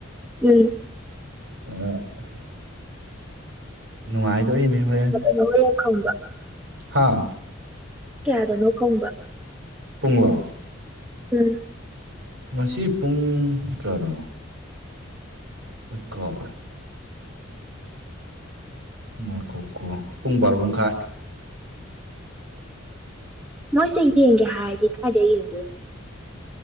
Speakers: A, in the centre; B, on the right.
A: ꯎꯝ꯫
B: <unintelligible> ꯅꯨꯡꯉꯥꯏꯗꯣꯔꯤ ꯃꯤ ꯍꯣꯔꯦꯟ꯫
A: <unintelligible> ꯈꯪꯕꯔꯥ꯫
B: ꯍꯥꯥ꯫
A: ꯀꯌꯥꯗꯅꯣ ꯈꯪꯕꯔꯣ꯫
B: ꯄꯨꯡꯂꯣ꯫
A: ꯎꯝ꯫
B: ꯉꯁꯤ ꯄꯨꯡ ꯀꯌꯥꯗꯅꯣ꯫ ꯑꯩ ꯀꯥꯎꯒꯔꯦ꯫ ꯉꯥꯏꯈꯣ ꯀꯣ ꯄꯨꯡ ꯕꯥꯔꯣ ꯃꯈꯥꯏ꯫
A: ꯃꯣꯏꯁꯦ ꯌꯦꯡꯒꯦ ꯍꯥꯏꯔꯗꯤ ꯀꯗꯥꯥꯏꯗ ꯌꯦꯡꯗꯣꯏꯅꯣ꯫